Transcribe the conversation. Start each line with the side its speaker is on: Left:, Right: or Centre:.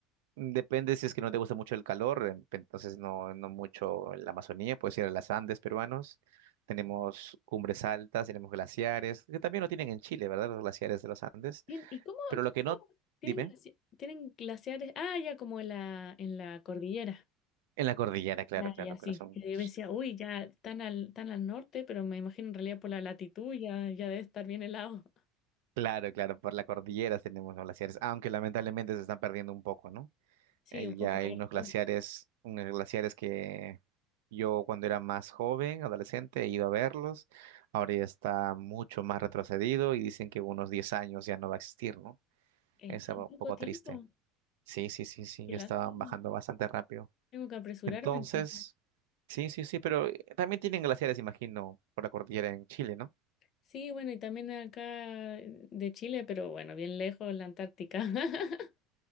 Right: Depende si es que no te gusta mucho el calor, en- entonces no, no mucho la Amazonía, puedes ir a las Andes peruanos. Tenemos cumbres altas, tenemos glaciares, que también lo tienen en Chile, ¿verdad? Los glaciares de los Andes.
Left: Bien, ¿Y cómo,
Right: Pero lo que no,
Left: cómo tienen
Right: dime,
Left: glaci- tienen glaciares? Ah, ya como en la, en la cordillera.
Right: en la cordillera, claro,
Left: Ya,
Right: claro,
Left: ya, sí.
Right: pero son...
Left: Que yo decía, uy, ya tan al, tan al norte, pero me imagino en realidad por la latitud ya, ya debe estar bien helado.
Right: Claro, claro, por la cordillera tenemos los glaciares, aunque lamentablemente se están perdiendo un poco, ¿no?
Left: Sí,
Right: Eh,
Left: un poco
Right: ya hay
Left: harto.
Right: unos glaciares, unos glaciares que yo cuando era más joven, adolescente, he ido a verlos. Ahora ya está mucho más retrocedido y dicen que unos 10 años ya no va a existir, ¿no?
Left: En
Right: Es
Left: tan
Right: algo
Left: poco
Right: un poco
Left: tiempo.
Right: triste. Sí, sí, sí, sí,
Left: Qué
Right: ya
Left: lástima.
Right: estaban bajando bastante rápido.
Left: Tengo que apresurarme
Right: Entonces,
Left: entonces.
Right: sí, sí, sí, pero eh, también tienen glaciares, imagino, por la cordillera en Chile, ¿no?
Left: Sí, bueno, y también acá eh, de Chile, pero bueno, bien lejos, la Antártica. <laughs>